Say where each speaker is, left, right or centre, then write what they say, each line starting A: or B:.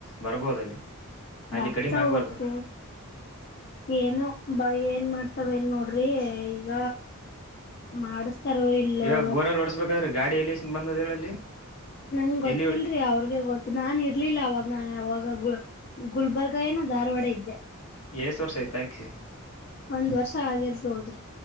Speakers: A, on the left; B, on the left.
A: ಬರ್ಬೋದ ಅಲ್ಲಿ ಅಲ್ಲಿ
B: ಬರ್ತ
A: ಕಡಿಮೆ ಆಗ್ಬಾರ್ದು
B: ಹೋಕ್ ಏನೋ ಬ ಏನ್ ಮಾಡ್ತ ತವ ನ್ ನೋಡ್ರಿ ಈಗ ಮಾಡಿಸ ತರವ ಇಲ್ಲೊ
A: ಇವಾಗ ಬೋರಲ್ಲಿ ಓಡಿಸ್ಬೇಕಾದ್ರೆ ಗಾಡಿ ಎಲ್ಲೇಸಿಂದ್ ಬಂದದ ಹೇಳಲ್ಲಿ
B: ನಂಗ ಗೊತ್ತಿಲ್ರಿ
A: ಎಲ್ಲಿ
B: ಅವ್ರಗ ಗೊತ್ತ ನಾನ್ ಇರ್ಲಿಲ್ಲ ಅವಾಗ ನಾನ ಅವಾಗ ಗುಲ್ಬರ್ಗ ಏನೊ ಧಾರವಾಡ ಇದ್ದೆ
A: ಎಸ್ ವರ್ಷ ಆಯ್ತು ಹಾಕಿ
B: ಒಂದ್ ವರ್ಷ ಆಗಿರ್ಬೋದ್ರಿ